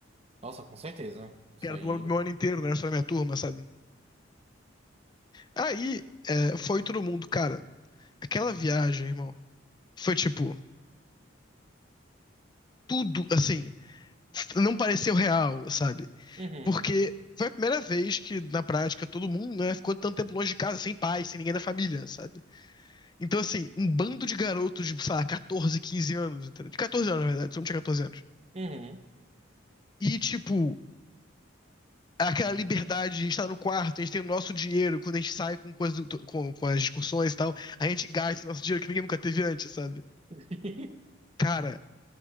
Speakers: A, on the right; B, on the left.
A: Nossa, com certeza. Isso
B: Que era
A: aí.
B: do do meu ano inteiro, não era só da minha turma, sabe? Aí, é, foi todo mundo, cara. aquela viagem, irmão, foi tipo, tudo, assim, não pareceu real, sabe?
A: Uhum,
B: Porque foi a primeira vez que, na prática, todo mundo, né, ficou tanto tempo longe de casa, sem pai, sem ninguém da família, sabe? Então, assim, um bando de garotos de, sei lá, 14, 15 anos, entendeu? De 14 anos, na verdade, se não tinha 14 anos.
A: uhum.
B: E, tipo, aquela liberdade, a gente tá no quarto, a gente tem o nosso dinheiro, quando a gente sai com, coisa, com, com as discussões e tal, a gente gasta o nosso dinheiro que ninguém nunca teve antes, sabe?
A: <laughs>
B: Cara,